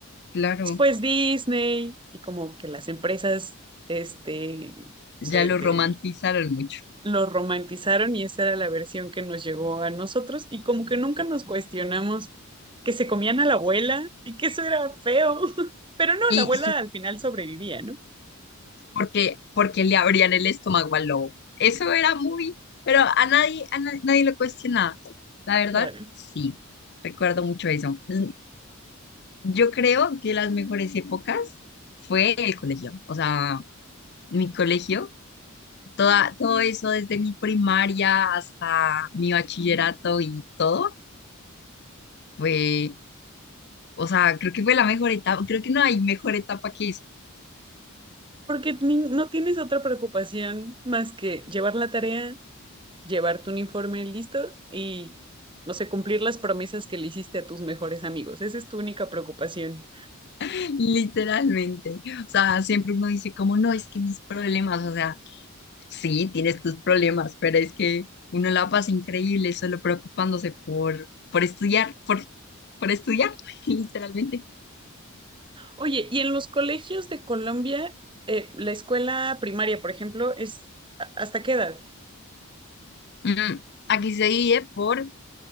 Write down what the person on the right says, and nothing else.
Después Disney y como que las empresas, este, no
sé,
de
lo romantizaron y esa era la versión que nos llegó a nosotros y como que nunca nos cuestionamos que se comían a la abuela y que eso era feo. <laughs> Pero no,
la abuela al final sobrevivía, ¿no?
Claro.
Porque ni- no tienes otra preocupación más que llevar la tarea, llevar tu uniforme listo y, no sé, cumplir las promesas que le hiciste a tus mejores amigos. Esa es tu única preocupación.
Oye, y en los colegios de Colombia, eh, la escuela primaria, por ejemplo, es ¿a- ¿hasta qué edad?